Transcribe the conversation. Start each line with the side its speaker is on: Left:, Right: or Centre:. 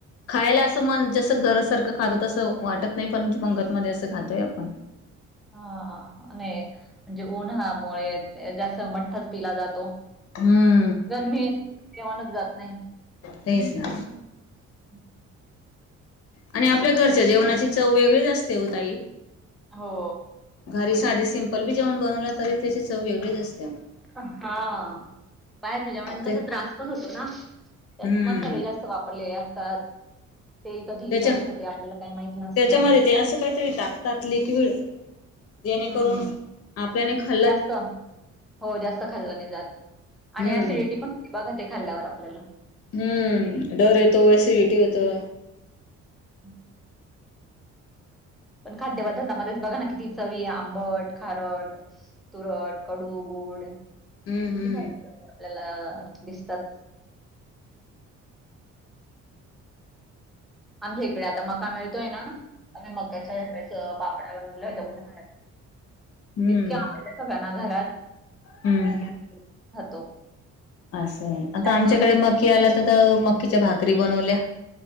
Left: खायला अस म जस घर
Centre: हं.
Left: सारखं खात तसं‌. वाटत नाही परंतु पंगतमध्ये असं खातोय आपण.
Centre: हा आणि म्हणजे उन्हामुळे जास्त मठ्ठाच पिला जातो.
Left: ह.
Centre: गरमी जेवणच जात नाही.
Left: तेच ना.
Centre: <inaudible>
Left: आणि आपल्या घरच्या जेवणाची चव वेगळीच असते हो ताई.
Centre: हो.
Left: घरी साधी सिम्पल बी जेवण बनवलं तरी, त्याची चव वेगळीच असते.
Centre: हा. बाहेरच्या जेवनान कस
Left: ते
Centre: त्रास पण होतो ना. त्यात
Left: हम्म
Centre: मसाले जास्त वापरलेले असतात. तेल कधी हिचं
Left: त्याच्या,
Centre: असतं ते आपल्याला काही माहित नसतं.
Left: त्याच्यामध्ये ते असं काहीतरी टाकतात लिक्विड. जेणेकरून
Centre: हम्म.
Left: आपल्याने ख
Centre: जास्त हो जास्त खाल्लं नाही जात.
Left: हम्म
Centre: आणि ऍसिडिटी पण बघा ते खाल्ल्यावर आपल्याला.
Left: हम्म. डर येतो. एसिडिटी होतो.
Centre: <inaudible> पण खाद्य पदार्थातच मध्येच बघा ना किती चवी आंबट, खारट तुरट, कडू, गुड
Left: हम्म
Centre: किती
Left: हम्म
Centre: सारे आपल्याला दिसतात. आमच्या इकडे आता मका मिळतोय ना, आम्ही मकाच्या <unintelligible> पापड्या बनवल्या होत्या उन्हाळ्यात
Left: हम्म
Centre: इतके आवडले सगळ्यांना घरात
Left: हम्म
Centre: <unintelligible> खातो
Left: असं आता
Centre: त्याचबरोबर
Left: आमच्याकडे मकी आला तर तर मकीच्या भाकरी बनवल्या.